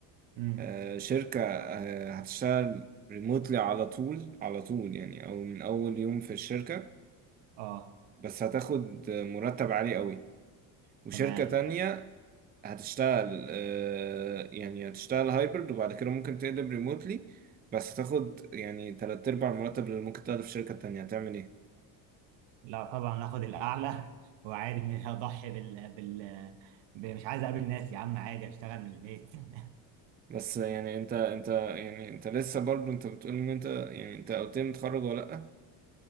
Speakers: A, on the right; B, on the right.
A: امم
B: آه، شركة آه، هتشتغل ريموتلي على طول على طول يعني او من اول يوم في الشركة
A: اه
B: بس هتاخد مرتب عالي قوي وشركة
A: تمام
B: تانية هتشتغل آه، يعني هتشتغل هايبرد وبعد كده ممكن تقلب ريموتلي بس هتاخد يعني تلات أرباع المرتب اللي ممكن تاخده في شركة تانية هتعمل ايه؟
A: لا طبعا هاخد الاعلى <laughs> وعادي مش هضحي بال بال ب- مش عايز اقابل ناس يا عم عادي اشتغل من البيت <laughs>
B: بس يعني انت انت يعني انت لسه برضو انت بتقول ان انت يعني انت قلت لي متخرج ولا